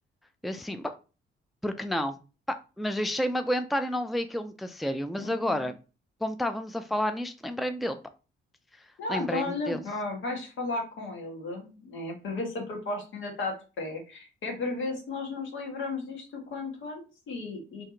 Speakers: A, in the centre; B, on the left.
A: Eu assim, bom, por que não? Pá, mas deixei-me aguentar e não levei aquilo muito a sério. Mas
B: Sim,
A: agora,
B: sim.
A: como estávamos a falar nisto, lembrei-me dele, pá.
B: Não,
A: Lembrei-me
B: então olha,
A: dele.
B: vá- vais falar com ele, né, para ver se a proposta ainda está de pé, é para ver se nós nos livramos disto o quanto antes e,